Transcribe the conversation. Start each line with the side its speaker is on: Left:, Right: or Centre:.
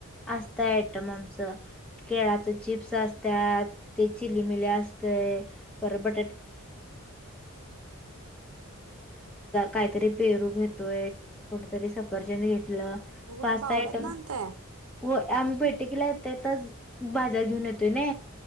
Centre: असत आम आम केळा चिप्स असत ते चिली मि अस ब कारी पेरू घेतोय करी सफर्न घ
Right: मग कुठं
Centre: पाच
Right: बावड्यात
Centre: सहा आट
Right: ना आणताय
Centre: हो आम्ही भेट ेला त्याच बाजार घेऊन येतोय न